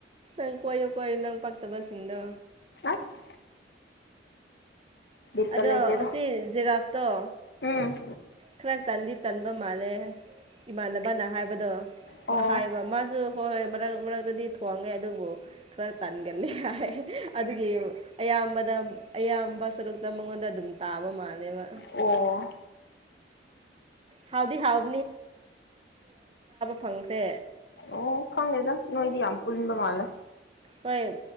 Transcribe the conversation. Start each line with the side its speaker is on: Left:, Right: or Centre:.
Right: ꯪ ꯀꯌꯣ ꯀꯣꯏꯣ ꯅꯪ ꯄꯛꯇꯕꯁꯗꯣ
Left: ꯑꯁ ꯕꯤꯠꯀ
Right: ꯑꯗꯣ
Left: ꯂꯩꯇꯦꯗ
Right: ꯑꯁꯤ ꯖꯦꯔꯥꯐꯇꯣ
Left: ꯎꯝ
Right: ꯈꯔ ꯇꯥꯟꯗꯤ ꯇꯟꯕ ꯃꯥꯜꯂꯦ ꯏꯃꯥꯟꯅꯕꯅ ꯍꯥꯏꯕꯗꯣ
Left: ꯑꯣ
Right: ꯍꯥꯏꯕ ꯃꯥꯁꯨ ꯍꯣꯏ ꯍꯣꯏ ꯃꯔꯛ ꯃꯔꯛꯇꯗꯤ ꯊꯣꯡꯉꯦ ꯑꯗꯨꯕꯨ ꯈꯔ ꯇꯥꯟꯒꯂ ꯍꯥꯏ ꯑꯗꯨꯒꯤ ꯑꯌꯥꯝꯕꯅ ꯑꯌꯥꯝꯕ ꯁꯔꯨꯛꯇ ꯃꯉꯣꯟꯗ ꯑꯗꯨꯝ ꯇꯥꯕ ꯃꯥꯜꯂꯦꯕ
Left: ꯑꯣ
Right: ꯍꯥꯎꯗꯤ ꯍꯥꯎ ꯐꯪꯈ꯭ꯔꯦ
Left: ꯑꯣ ꯈꯪ ꯂꯩꯦꯗ ꯅꯣꯏꯗꯤ ꯌꯥꯝꯝ ꯄꯨꯂꯤꯕ ꯃꯥꯂ
Right: ꯍꯣꯏ